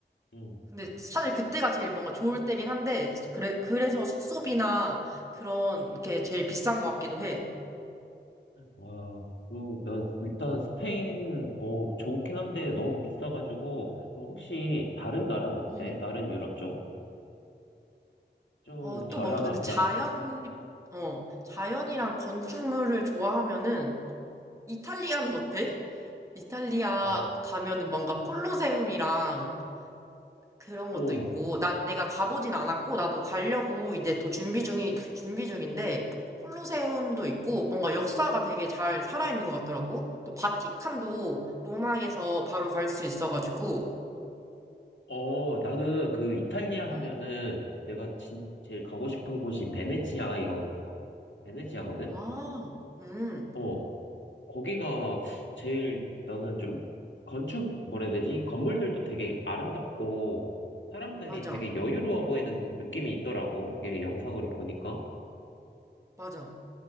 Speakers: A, on the left; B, on the right.
A: 응.
B: 근데 사실 그때가 제일 뭔가 좋을 때긴 한데 그래, 그래서 숙소비나 그런 게 제일 비싼 것 같기도 해.
A: 와, 그럼 나 일단 스페인, 어, 좋긴 한데 너무 비싸가지고, 그럼 혹시 다른 나라는 어때?
B: 음.
A: 다른 유럽 쪽? 좀
B: 어,
A: 저렴한
B: 또 뭔가 근데
A: 편?
B: 자연, 어, 자연이랑 건축물을 좋아하면은 이탈리아는 어때? 이탈리아
A: 아,
B: 가면은 뭔가 콜로세움이랑 그런
A: 오.
B: 것도 있고, 나, 내가 가보진 않았고, 나도 가려고 이제 또 준비 중이, 준비 중인데, 콜로세움도 있고, 뭔가 역사가 되게 잘 살아있는 것 같더라고. 또 바티칸도 로마에서 바로 갈 수 있어가지고,
A: 어, 나는 그 이탈리아 하면은
B: 음,
A: 내가 진, 제일 가고 싶은 곳이 베네치아, 이거, 베네치아거든?
B: 아, 음,
A: 어, 거기가 제일 나는 좀 건축, 뭐라 해야 되지? 건물들도 되게 아름답고 사람들이
B: 맞아,
A: 되게 여유로워 보이는 느낌이 있더라고. 이게 영상으로 보니까.
B: 맞아.